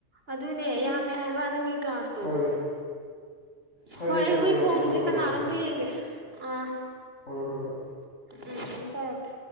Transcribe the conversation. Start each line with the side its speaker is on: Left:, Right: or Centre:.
Right: ꯑꯗꯨꯅꯦ ꯌꯥꯝꯃꯦ ꯍꯥꯏꯕ ꯅꯪꯒꯤ ꯀ꯭ꯂꯥꯁꯇꯣ
Left: ꯐꯔꯦ ꯐꯔꯦ
Right: ꯍꯣꯏ ꯑꯩ
Left: ꯑꯗꯣ
Right: ꯍꯨꯏ ꯈꯣꯡꯉꯤꯁꯦ
Left: ꯑꯃꯨꯛꯀ ꯇꯧꯔꯛꯀꯦꯀꯣ
Right: ꯀꯅꯥꯅꯣꯝꯇ ꯌꯦꯡꯒꯦ ꯑꯥ
Left: ꯍꯣꯏ ꯍꯣꯏ ꯍꯣꯏ
Right: ꯎꯝ ꯑꯃꯨꯛ ꯇꯧꯔꯛꯀꯦ